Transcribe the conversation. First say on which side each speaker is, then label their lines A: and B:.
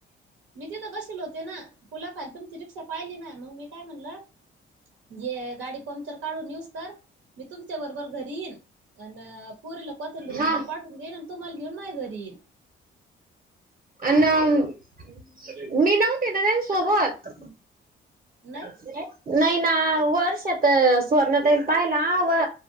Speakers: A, on the right (about 80°); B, on the right (about 40°).
A: मी तिथं बसेल होते ना पुलाखाली. तुमची रिक्षा पाहिली ना मग मी काय म्हणलं ये गाडी पंक्चर काढून येऊस्तोवर मी तुमच्या बरोबर घरी येईन अन पोरीला कोथंबी रुपटार
B: हा.
A: पाठवून देन आणि तुम्हाला घेऊन माया घरी येईन
B: अन मी नव्हते न त्यांच्यासोबत
A: नाही
B: नाय. नाही ना वर्ष येत सुवर्णाताईने पाहिला व